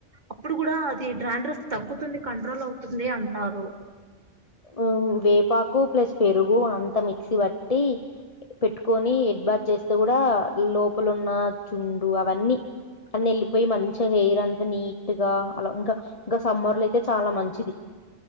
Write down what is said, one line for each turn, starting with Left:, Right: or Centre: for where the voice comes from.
Right: అప్పుడు కూడా అది డ్రాడ్్రఫ్ తగ్గుతుంది కంట్రోల్ అవుతుంది అంటారు.
Left: ఉ వేపాకు ప్లస్ పెరుగు అంత మిక్సీ బట్టి పెట్టుకొని, హెడ్ బాత్ చేస్తే కూడా లోపల ఉన్న చుండు అవన్నీ అన్న వెళ్ళిపోయి, మంచిగా హెయిర్ అంత నీట్గా అలా ఇంకా ఇంకా సమ్మర్లో అయితే చాలా మంచిది.